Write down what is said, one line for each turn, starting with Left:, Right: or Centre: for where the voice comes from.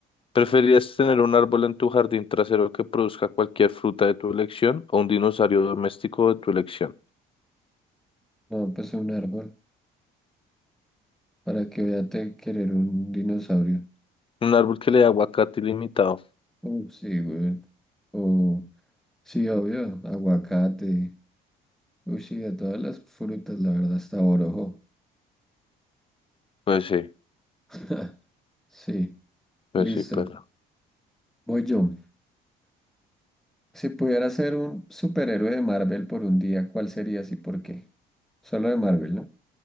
Left: ¿preferirías tener un árbol en tu jardín trasero que produzca cualquier fruta de tu elección o un dinosaurio doméstico de tu elección?
Centre: no, pues un árbol. ¿Para que voy a te- querer un dinosaurio?
Left: Un árbol que le dé aguacate ilimitado.
Centre: Uh, sí, güey. O, sí, obvio, aguacate. Uy, sí, de todas las frutas, la verdad, hasta borojo.
Left: Pues sí,
Centre: <laughs> Sí,
Left: pues
Centre: listo.
Left: sí, pero.
Centre: Voy yo. Si pudiera ser un superhéroe de Marvel por un día, ¿cuál serías y por qué? Solo de Marvel, ¿no?